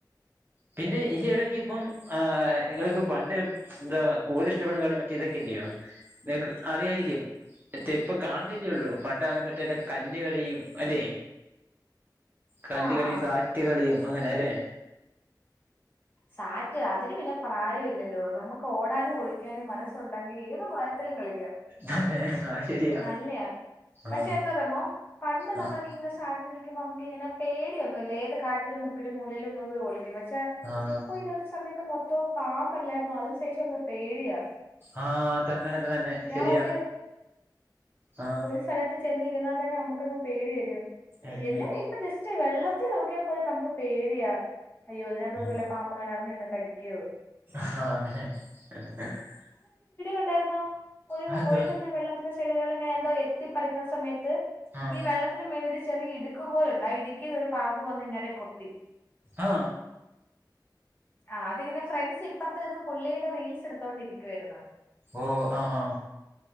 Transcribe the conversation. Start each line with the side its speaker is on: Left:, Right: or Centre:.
Right: പിന്നെ ഈ ഇടക്ക് ഇപ്പം ആ നിങ്ങൾക്ക് പണ്ട് എന്താ കൂടുതൽ ഇഷ്ടപ്പെടുന്ന കളി മറ്റേ ഇതൊക്കെല്യോ നിങ്ങക്ക് അറിയാായിരിക്കും മറ്റേ ഇപ്പ കാണുന്നില്ലെള്ളൂ പണ്ടെ മറ്റേ കല്ലുകളിയും അല്ലെ കല്ലുകളളിയും
Left: ആഹ്
Right: സാറ്റ്കളിയും അങ്ങനെ അല്ലേ
Left: സാറ്റ് അതിന് പിന്നെ പ്രായമ ഇില്ലല്ലോ നമുക്ക് ഓടാനും ഒളിക്കാനും മനസ്സുണ്ടെങ്കിൽ ഏത് പ്രായത്തിലും കള
Right: തന്നെ ആഹ് ശരിയാ
Left: നല്ലയാ പക്ഷെ
Right: ആഹ്
Left: എന്താറിയാമോ പണ്ട് നമ്മൾക്ക
Right: ആഹ്
Left: ഇങ്ങനെ <unintelligible> നമക്കിങ്ങനെ പേടിയൊന്നും ഇല്ല ഏത് കാട്ടിലും മുക്കിലും മൂലേലും നമ്മള് ഒളിക്കും പക്ഷെ
Right: ആഹ്
Left: ഇപ്പോ ഈടക് ഒരു സമയത്ത് മൊത്തം പാമ്പല്ലായിരുന്നോ അതിനു ശേഷം പേടിയാ
Right: ആ തന്നെ തന്നെ തന്നെ
Left: ഞാൻ
Right: ശരിയാ
Left: ഒരു
Right: ആഹ്
Left: ഒരു സ്ഥലത്ത് ചെന്നിരുന്നാൽ തന്നെ നമുക്കങ്ങ് പേടി വരും
Right: ഏഹ്
Left: എന്തിനാ ഇപ്പൊ ജസ്റ്റ് വെള്ളത്തിൽ നോക്കിയാൽ പോലും നമുക്ക് പേടിയാ അയ്യോതിനകത്ത്ന്ന്
Right: ആഹ്
Left: വല്ല പാമ്പുകളും ഇറങ്ങിവന്ന് കടിക്കുവോ
Right: <unintelligible>
Left: ഉണ്ടായിരുന്നോ ഒരു
Right: അതെന്തുവാ
Left: ഒഴുകുന്ന വെള്ളത്തിന്റെ ശൈഖകൾ എങ്ങനെ എന്തോ എത്തിപ്പിക്കുന്ന സമയത്ത് ത്ത്
Right: ആഹ്
Left: ഈ വെള്ളത്തിനന് മേള ഒരു ചെറിയ ഇടുക്ക പോലുണ്ട് ആ ഇടുക്കിയത് ഒരു പാമ്പ് വന്ന് ഇങ്ങെ കൊത്തി
Right: ആ
Left: ആ അതിങ്ങനെ ഫ്രണ്ട്സ് ഇപ്പറത്ത നിന്ന് പുള്ളിയുടെ റീൽസ് എടുത്തോണ്ടിരിക്കുവായിരന്നു
Right: ഓ ആ ആ